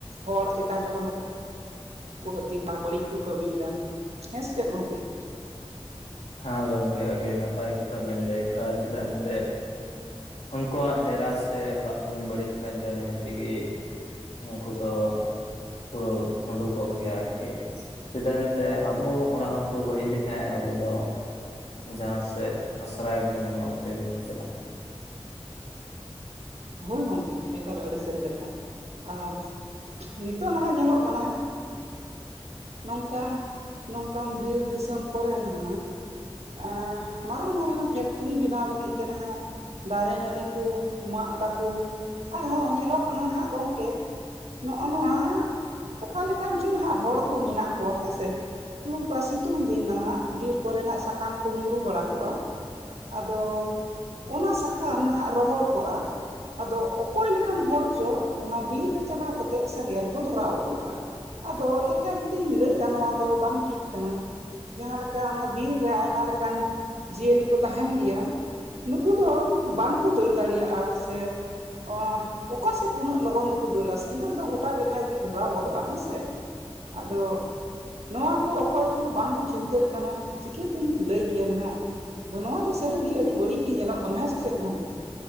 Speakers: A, on the right; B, on the left.
A: ᱦᱚᱲ ᱪᱮᱛᱟᱱ ᱨᱮᱦᱚᱸ ᱱᱩ ᱠᱚ ᱦᱟᱹᱛᱤ ᱢᱟ ᱵᱟᱹᱲᱤᱡ ᱠᱚ ᱠᱟᱹᱢᱤᱭᱮᱫᱟ ᱦᱮᱸ ᱥᱮ ᱪᱮᱫ ᱜᱚᱝᱠᱮ
B: ᱦᱮᱸ ᱜᱚᱝᱠᱮ ᱟᱹᱰᱤ ᱱᱟᱯᱟᱭ ᱠᱟᱛᱷᱟ ᱵᱮᱱ ᱞᱟᱹᱭ ᱠᱟᱜ ᱼᱟ ᱪᱮᱫᱟᱜ ᱮᱱᱛᱮᱫ ᱩᱱᱠᱩᱣᱟᱜ ᱰᱮᱨᱟ ᱥᱮ ᱚᱲᱟᱜ ᱵᱚᱱ ᱵᱟᱹᱲᱤᱡ ᱠᱷᱟᱱ ᱫᱚ ᱱᱤᱦᱟᱹᱛᱤᱜᱮ ᱩᱱᱠᱩ ᱫᱚ ᱠᱚ ᱩᱰᱩᱠᱚᱜ ᱜᱮᱭᱟ ᱟᱨᱠᱤ ᱪᱮᱫᱟᱜ ᱮᱱᱛᱮ ᱟᱵᱚ ᱚᱲᱟᱜ ᱦᱚᱸᱠᱚ ᱵᱟᱹᱲᱤᱡ ᱞᱮᱠᱷᱟᱡ ᱟᱵᱚ ᱫᱚ ᱡᱟᱦᱟᱸ ᱥᱮᱫ ᱟᱥᱨᱟᱭ ᱵᱚᱱ ᱧᱟᱢᱟ ᱚᱱᱛᱮ ᱜᱮᱵᱚᱱ ᱪᱟᱞᱟᱜᱼᱟ
A: ᱦᱳᱭ ᱜᱚᱝᱠᱮ ᱮᱠᱟᱞ ᱟᱹᱰᱤ ᱥᱟᱹᱨᱤ ᱠᱟᱛᱷᱟ ᱟᱨ ᱱᱤᱛᱚᱜ ᱱᱟᱦᱟᱜ ᱧᱮᱞᱚᱜ ᱠᱟᱱᱟ ᱱᱚᱝᱠᱟ ᱱᱚᱝᱠᱟᱱ ᱵᱤᱨ ᱫᱤᱥᱚᱢ ᱠᱚᱨᱮ ᱱᱟᱜ ᱮᱸ ᱢᱟᱨᱟᱝ ᱢᱟᱨᱟᱝ ᱯᱷᱮᱠ ᱴᱨᱤ ᱵᱮᱱᱟᱣ ᱞᱟᱹᱜᱤᱫ ᱛᱮ ᱱᱟᱦᱟᱸᱜ ᱫᱟᱨᱮ ᱱᱟᱹᱲᱤ ᱠᱚ ᱢᱟᱜ ᱫᱟ ᱟᱨᱦᱚᱸ ᱧᱮᱞᱚᱜ ᱠᱟᱱᱟ ᱱᱟᱦᱟᱸᱜ ᱜᱚᱝᱠᱮ ᱱᱚᱜᱼᱚ ᱱᱚᱣᱟ ᱚᱠᱟ ᱞᱮᱠᱟᱱ ᱪᱚ ᱦᱟᱸᱜ ᱦᱚᱲ ᱠᱚ ᱢᱮᱱᱟᱜ ᱠᱚᱣᱟ ᱦᱮᱸᱥᱮ ᱱᱚᱝᱠᱟ ᱥᱤᱛᱩᱝ ᱫᱤᱱ ᱱᱟᱦᱟᱸᱜ ᱵᱤᱨ ᱠᱚᱨᱮᱱᱟᱜ ᱥᱟᱠᱟᱢ ᱠᱚ ᱧᱩᱨᱩ ᱵᱟᱲᱟ ᱠᱚᱜᱼᱟ ᱟᱫᱚ ᱚᱱᱟ ᱥᱟᱠᱟᱢ ᱱᱟᱦᱟᱸᱜ ᱨᱚᱦᱚᱲ ᱠᱚᱜᱼᱟ ᱟᱫᱚ ᱚᱠᱚᱭ ᱞᱮᱠᱟᱱ ᱦᱚᱲ ᱪᱚ ᱚᱱᱟ ᱵᱤᱨ ᱨᱮ ᱪᱟᱞᱟᱣ ᱠᱟᱛᱮᱫ ᱥᱮᱸᱜᱮᱞ ᱠᱚ ᱫᱷᱚᱨᱟᱣ ᱦᱚᱴᱚᱟᱜᱼᱟ ᱟᱫᱚ ᱮᱠᱟᱞᱛᱤᱧ ᱞᱟᱹᱭ ᱮᱫᱟ ᱱᱚᱣᱟ ᱫᱚ ᱵᱟᱝ ᱴᱷᱤᱠ ᱠᱟᱱᱟ ᱡᱟᱦᱟᱸᱦᱮᱠᱟ ᱚᱱᱟ ᱵᱤᱨ ᱨᱮ ᱟᱭᱢᱟ ᱞᱮᱠᱟᱱ ᱡᱤᱭᱟᱹᱞᱤ ᱠᱚ ᱛᱟᱦᱮᱱ ᱜᱮᱭᱟ ᱱᱩᱠᱩ ᱫᱚ ᱵᱟᱝᱠᱚ ᱫᱟᱹᱲ ᱫᱟᱲᱮᱭᱟᱜᱼᱟ ᱥᱮ ᱚᱸᱟ ᱚᱠᱟ ᱥᱮᱫ ᱩᱱᱟᱹᱜ ᱞᱚᱜᱚᱱ ᱫᱚ ᱠᱚ ᱫᱟᱹᱲᱟ ᱥᱮᱸᱜᱮᱞ ᱫᱚ ᱜᱚᱴᱟ ᱵᱮᱲᱦᱟᱭ ᱜᱮ ᱫᱷᱚᱨᱟᱣ ᱜᱚᱫᱚᱜᱼᱟ ᱦᱮᱸᱥᱮ ᱟᱫᱚ ᱱᱚᱣᱟ ᱠᱚ ᱚᱠᱚᱭ ᱠᱚ ᱵᱟᱝ ᱠᱚ ᱪᱤᱱᱛᱟᱹᱜ ᱠᱟᱱᱟ ᱪᱤᱠᱟᱹᱛᱤᱧ ᱞᱟᱹᱭ ᱜᱮᱭᱟᱱ ᱦᱟᱸᱜ ᱟᱫᱚ ᱱᱚᱣᱟ ᱫᱚ ᱥᱟᱺᱨᱤᱜᱮ ᱟᱹᱰᱤ ᱵᱟᱹᱲᱤᱡ ᱜᱮ ᱧᱮᱞᱚᱜ ᱠᱟᱱᱟ ᱦᱮᱸ ᱥᱮ ᱪᱮᱫ ᱜᱚᱝᱠᱮ